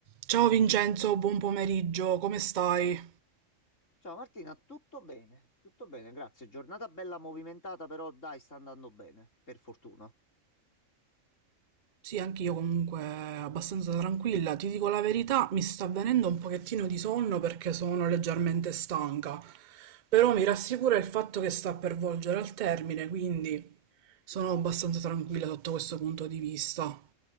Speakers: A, on the right (about 45°); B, on the left (about 70°).
A: Ciao Vincenzo, buon pomeriggio, come stai?
B: Ciao Martina, tutto bene? Tutto bene, grazie. Giornata bella movimentata, però dai, sta andando bene, per fortuna.
A: Sì, anch'io comunque abbastanza tranquilla. Ti dico la verità, mi sta venendo un pochettino di sonno perché sono leggermente stanca, però mi rassicura il fatto che sta per volgere al termine, quindi sono abbastanza tranquilla sotto questo punto di vista.